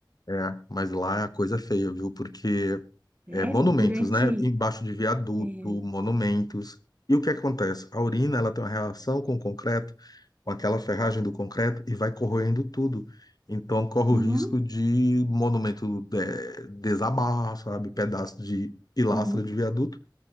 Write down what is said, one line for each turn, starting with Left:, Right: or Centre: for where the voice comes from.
Left: é, mas lá é a coisa feia, viu? Porque
Right: Sério?
Left: é monumentos,
Right: Durante.
Left: né? Embaixo de viaduto,
Right: é,
Left: monumentos. E o que acontece? A urina, ela tem uma reação com o concreto com aquela ferragem do concreto e vai corroendo tudo. Então corre
Right: uhum,
Left: o risco de monumento eh, desabar, sabe, pedaço de pilastra
Right: uhum,
Left: de viaduto.